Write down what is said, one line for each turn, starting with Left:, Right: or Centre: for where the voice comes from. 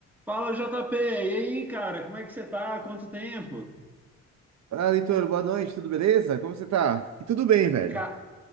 Centre: Fala, JP! E aí, cara, como é que você tá? Quanto tempo?
Right: Ah, Leitor, boa noite, tudo beleza? Como você tá? E tudo bem, velho.
Centre: Ca-